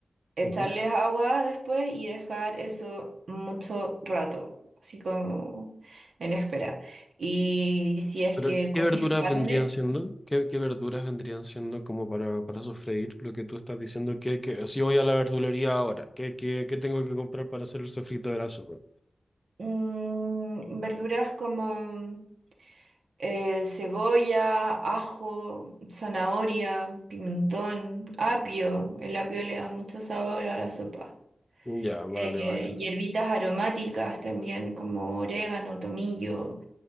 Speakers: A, on the right; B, on the left.
A: echarles
B: ujú.
A: agua después y dejar eso mucho rato, así como en espera. Y si es
B: Pero,
A: que comes
B: ¿qué verduras
A: carne,
B: vendrían siendo? ¿Qué, qué verduras vendrían siendo como para, para sofreír? Lo que tú estás diciendo, que, que si voy a la verdulería ahora, ¿qué, qué, qué tengo que comprar para hacer el sofrito de la sopa?
A: mm, verduras como eh, cebolla, ajo, zanahoria, pimentón, apio. El apio le da mucho sabor a la sopa.
B: Ya, vale,
A: Eh,
B: vale.
A: hierbitas aromáticas también como orégano, tomillo,